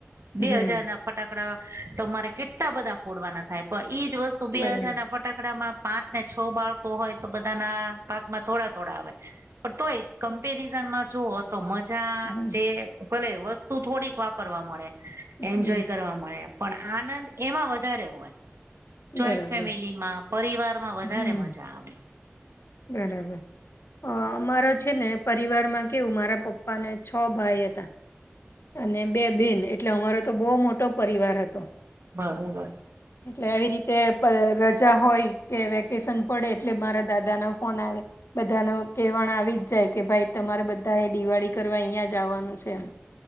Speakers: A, on the right; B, on the left.
A: બે
B: હમ
A: હજાર ના ફટાકડા તમારે કેટલા બધા ફોડવાના થાય, પણ એજ વસ તો બે
B: બરાબર
A: હજારના ફટાકડામાં પાંચ ને છ બાળકો હોય તો બધાના ભાગમાં થોડા -થોડા આવે. પણ તોય કમ્પેરિઝનમાં જો તો મજા
B: હમ
A: જે ભલે વસ્તુ થોડીક વાપરવા મળે. એન્જોય
B: હમ
A: કરવા મળે પણ આનંદ એમાં વધારે હોય. જોઈન્ટ
B: બરાબર
A: ફેમિલીમાં, પરિવારમાં વધારે
B: હમ
A: મજા આવે.
B: બરાબર, અમારો છે ને. પરિવાર માં કેવું મારા પપ્પા ને છ ભાઈ હતા. અને બે બેન, એટલે અમારો તો બહુ મોટો પરિવાર હતો.
A: બરોબર.
B: એટલે એવી રીતે રજા હોય કે વેકેશન પડે એટલે મારા દાદા ના ફોન આવે. બધાને કહેવાણ આવી જ જાય કે ભાઈ તમારે બધા એ દિવાળી કરવા અહિંયા જ આવાનું છે એમ.